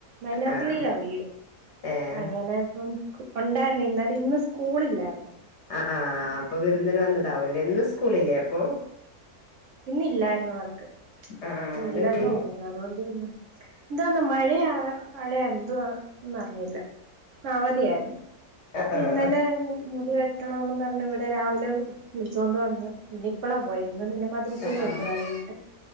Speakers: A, on the right (about 65°); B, on the left (about 60°).
A: മൈനാപ്പള്ളിയിലാ
B: ആഹ്
A: വീട്
B: ഏഹ്
A: അങ്ങനെ ഇപ്പം ഒണ്ടാരുന്നു ഇന്നലെ ഇന്ന് സ്കൂള് ഇല്ലാരുന്നു.
B: ആ ആ അപ്പൊ വിരുന്നിന് വന്നതാവല്ലേ. ഇന്ന് സ്കൂളില്ലേ അപ്പൊ.
A: ഇന്ന് ഇല്ലായിരുന്നു അവർക്ക്.
B: ആഹ് ആഹ്
A: ഇന്ന്
B: അതെന്തേ
A: ഇല്ലെന്ന് പറഞ്ഞു, അതുകൊണ്ട് പിന്നെ എന്തോന്ന് മഴയ, മഴ എന്തുവാന്നറിഞ്ഞില്ല അവധിയാരുന്നു.
B: ആഹ്
A: പ്പ
B: ആഹ്
A: ഇന്നലെ മുടി വെട്ടണോംന്ന് പറഞ്ഞു ഇവിടെ രാവിലെ വിളിച്ചോണ്ട് വന്ന്. പിന്നെ ഇപ്പളാ പോയത്. ഇന്ന് പിന്നെ മദ്രസയിലുണ്ട്
B: ആഹ് ആഹ്
A: വൈകിട്ട്